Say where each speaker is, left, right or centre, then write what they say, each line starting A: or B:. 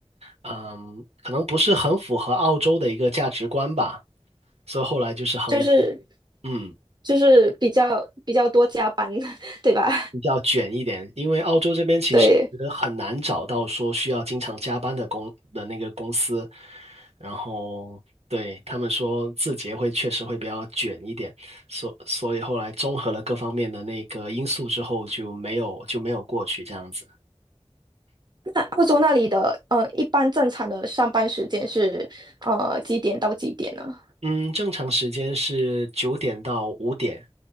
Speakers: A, on the right; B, on the right.
A: 嗯，可能不是很符合澳洲的一个价值观吧，所以后来就是衡量，
B: 就是
A: 嗯。
B: 就是比较比较多加班，<laughs> 对吧？
A: 比较卷一点，因为澳洲这边其实很难找到说需要经常加班的公的那个公司，
B: 对。
A: 然后对他们说字节会确实会比较卷一点，所所以后来综合了各方面的那个因素之后就没有就没有过去这样子。
B: 那澳洲那里的呃，一般正常的上班时间是呃几点到几点呢？
A: 嗯，正常时间是九点到五点，